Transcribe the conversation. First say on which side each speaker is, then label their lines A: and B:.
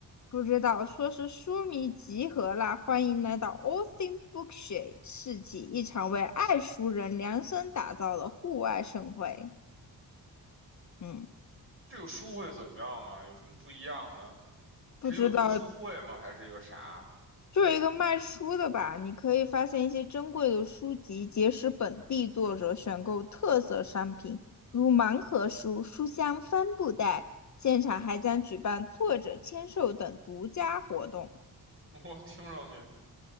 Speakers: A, on the left; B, on the right.
A: 不知道说是书迷集合啦，欢迎来到 All Things Bookshed 市集，一场为爱书人量身打造的户外盛会。嗯，
B: 这个书会怎么样吗？有什么不一样呢？
A: 不知道。
B: 是一个读书会吗？还是一个啥？
A: 就是一个卖书的吧，你可以发现一些珍贵的书籍，结识本地作者，选购特色商品，如盲盒书、书香帆布袋。现场还将举办作者签售等独家活动。
B: <laughs> 我听上去，